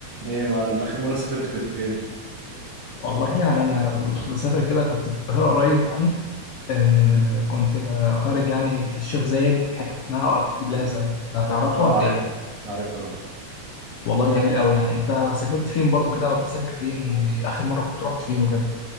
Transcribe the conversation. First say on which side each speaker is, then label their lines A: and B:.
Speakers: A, on the right; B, on the left.
A: ايه يا معلم اخر مره سافرت كنت فين
B: والله يعني أنا كنت بسافر كده كنت في القاهرة قريب يعني آه
A: هم؟
B: كنت خارج يعني في الشيخ زايد في حتة اسمها أركان بلازا أنت تعرفها
A: اه
B: ولا
A: عارفها
B: إيه؟
A: عارفها
B: والله جميل أوي يعني أنت سافرت فين برضو كده أو بتسافر فين وآخر مرة كنت رحت فين وكده